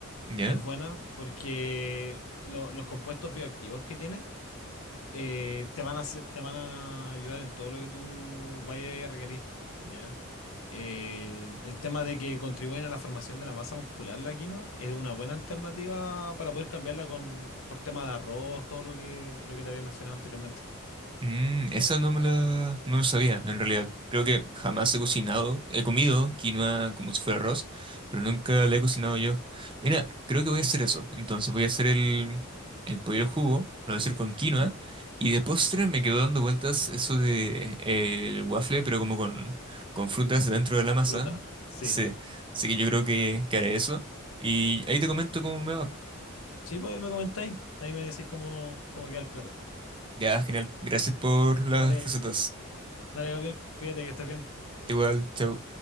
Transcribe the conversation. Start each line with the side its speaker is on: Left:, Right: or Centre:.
Right: ¿ya?
Left: Es buena porque lo- los compuestos bioactivos que tiene eh, te van a hacer- te van a ayudar en todo lo que tú vayas a requerir, ¿ya? Eh, el, el tema de que contribuyen a la formación de la masa muscular, la quinoa, es una buena alternativa para poder cambiarla con, por tema de arroz, todo lo que, lo que te había mencionado anteriormente.
Right: Mm, esa no me la, no lo sabía, en realidad. Creo que jamás he cocinado, he comido quinoa como si fuera arroz, pero nunca la he cocinado yo. Mira, creo que voy a hacer eso. Entonces voy a hacer el, el pollo al jugo, lo voy a hacer con quinoa,
Left: Ujú.
Right: y de postre me quedó dando vueltas eso de eh, el waffle, pero como con, con frutas dentro de la
Left: O
Right: masa.
Left: fruta, sí.
Right: Sí, así que yo creo que, que haré eso. Y ahí te comento cómo me va.
Left: Sí, pues ahí me comentáis, ahí me decís cómo, cómo queda el plato.
Right: Ya, genial. Gracias por las
Left: Dale,
Right: recetas.
Left: dale, Gabriel, cuídate que estés bien.
Right: Igual, chao.